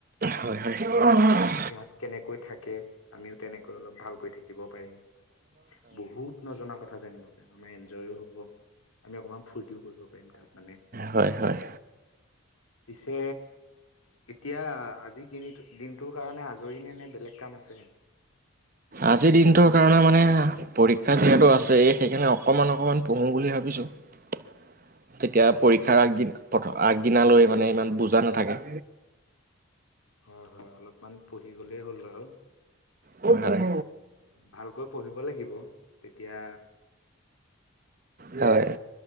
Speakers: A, on the right (about 40°); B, on the left (about 85°).
A: হয় হয়, <inaudible>
B: ইহঁত কেনেকৈ থাকে, আমিও তেনেকৈ অলপ ভালকৈ থাক দিব পাৰিম। বহুত নজনা কথা জানিব পাৰিম আমাৰ এনজয়ও হ'ব, আমি অকমান ফূৰ্তিও কৰিব পাৰিম তাত মানে।
A: হয় হয়
B: পিছে তিয়া আজি কিনি দিন দিনটোৰ কাৰণে আজৰি নে নে বেলেগ কাম আছে
A: আজিৰ দিনটোৰ কাৰণে মা <unintelligible> পৰীক্ষা যিহেতু আছে সেইকাৰণে অকণমান অকণমান পঢ়োঁ বুলি ভাবিছোঁ। তেতিয়া
B: অ
A: পৰীক্ষাৰ আগদিন <unintelligible> আগদিনালৈ মানে ইমান বুজা নাথাকে।
B: হয়, হয় অলপমান পঢ়ি গ'লেই হ'ল বাৰু।
A: হয় হয়
B: ভালকৈ পঢ়িব লাগিব। তেতিয়া
A: হয়।